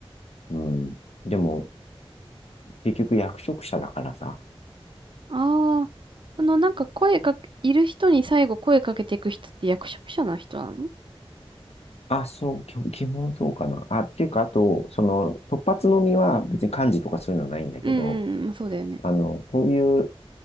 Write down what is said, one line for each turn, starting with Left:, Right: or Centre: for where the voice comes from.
Left: うん。でも、結局役職者だからさ。
Right: ああ、あの、なんか声かけ、いる人に最後声かけていく人って役職者な人なの
Left: あ、そう、基基本そうかな。あ、っていうか、あと、その、突発のみは別に漢字とかそういうのはないんだけど、
Right: うんうんうん、そうだよね。
Left: あの、こういう